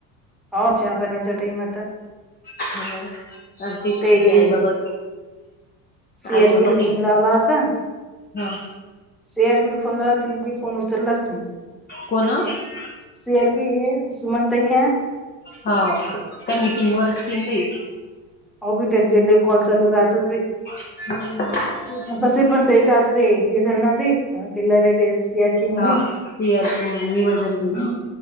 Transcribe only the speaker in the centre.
होव चहा पाण्याचा टाईम आता.
ते
हे
सी
आर
पीला
फोन लावला होता
सी आर पिला फोन लावला की नेमकी फोन उचललाच नाही.
सी आर पी हे सुमन ताई ये.
हो बाई त्यांचे लई कॉल चालू राहतात बाई.
तसे पण त्याच आतू ते हे झालं ना ते <unintelligible> सी आर पी म्हणून,
हम्म.